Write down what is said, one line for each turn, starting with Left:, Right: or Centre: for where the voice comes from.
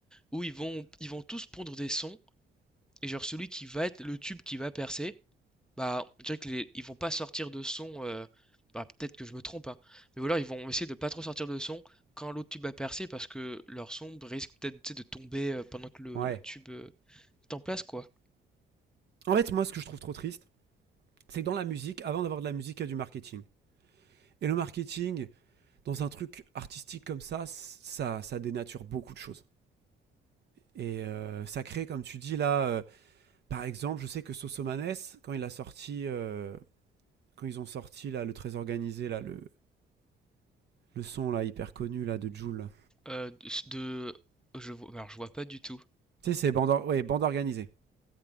Centre: où ils vont ils vont tous pondre des sons et genre celui qui va être le tube qui va percer, bah, on dirait que les ils vont pas sortir de son, heu, bah, peut-être que je me trompe, hein, mais voilà ils vont essayer de pas trop sortir de son quand l'autre tube a percé parce que leur son risque peut-être, tu sais, de tomber, heu, pendant que le
Right: Ouais.
Centre: le tube, heu, est en place, quoi.
Right: En fait, moi, ce que je trouve trop triste, c'est que dans la musique, avant d'avoir de la musique, il y a du marketing. Et le marketing, dans un truc artistique comme ça, ça, ça dénature beaucoup de choses. Et euh, ça crée, comme tu dis là, euh, par exemple, je sais que Sosomanes, quand il a sorti, euh, quand ils ont sorti là, le très organisé, là, le, le son là, hyper connu là, de Joule.
Centre: Heu, de de je vois alors je vois pas du tout.
Right: Tu sais, c'est bande, or- ouais, bande organisée.